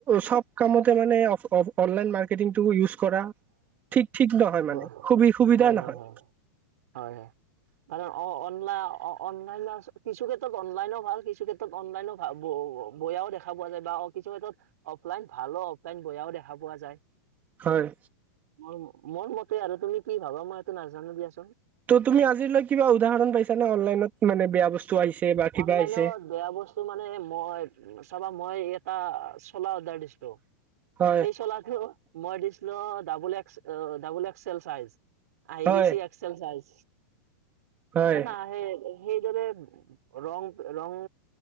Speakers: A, on the right; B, on the right.
A: চব কামতে মানে off off online marketing. Use কৰা ঠিক ঠিক নহয় মানে
B: অ
A: সুবি সুবিধা
B: হয় হয়
A: নহয়।
B: হয় হয় হয় কাৰণ অ অনলাই অনলাইনত কিছু ক্ষেত্ৰত অনলাইনো ভাল কিছু ক্ষেত্ৰত। অনলাইনো বেয়াও দেখা পোৱা যায় বা কিছু ক্ষেত্ৰত। অফলাইন ভালো অফলাইন বেয়াও দেখা পোৱা যায়।
A: হয়
B: মোৰ মোৰ মতে আৰু তুমি কি ভাবা মই এইটো নাজানো দিয়াচোন।
A: ত' তুমি আজিলৈ কিবা উদাহৰণ পাইছা নে অনলাইনত মানে বেয়া বস্তু। আহিছে বা কিবা
B: অনলাইনত
A: আহিছে
B: বেয়া বস্তু মানে মই চাবা মই। এটা চলা অৰ্ডাৰ দিছিলোঁ
A: হয়
B: সেই চলাটো মই দিছিলোঁ ডাবল এক্স। অ ডাবল এক্স এল চাইজ আহি
A: হয়
B: গেইছে এক্স এল চাইজ।
A: হয়
B: সেনা সেই সেইদৰে ৰং ৰং।